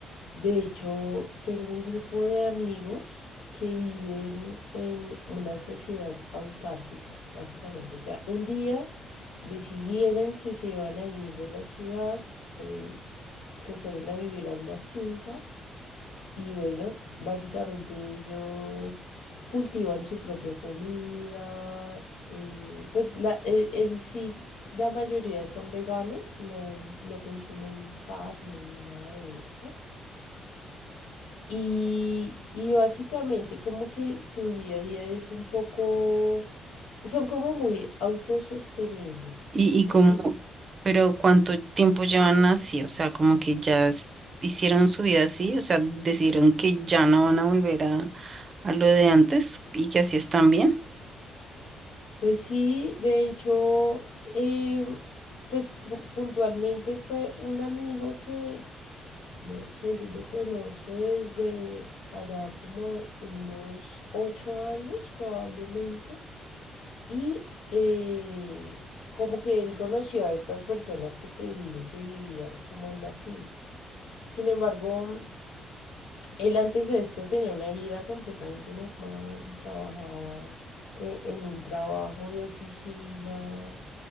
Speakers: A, on the left; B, on the right.
A: de hecho, tengo un grupo de amigos que viven en una sociedad autárquica, básicamente. O sea, un día decidieron que se iban a ir de la ciudad, eh, se fueron a vivir a una finca y bueno, básicamente ellos cultivan su propia comida. eh, pues la, e- en sí, la mayoría son veganos, no, no consumen carne ni nada de esto. Y, y básicamente como que su día a día es un poco, son como muy autosostenibles.
B: y, y
A: Entonces,
B: como, pero ¿cuánto tiempo llevan así? O sea, como que ya es- hicieron su vida así, o sea, decidieron que ya no van a volver a, a lo de antes y que así están bien.
A: Pues sí, de hecho, eh, pues pru- puntualmente fue un amigo que, no sé, yo lo conozco desde allá como unos ocho años probablemente, y eh, como que él conoció a estas personas que te digo que vivían como en la finca. Sin embargo, él antes de esto tenía una vida completamente normal, trabajaba eh, en un trabajo de oficina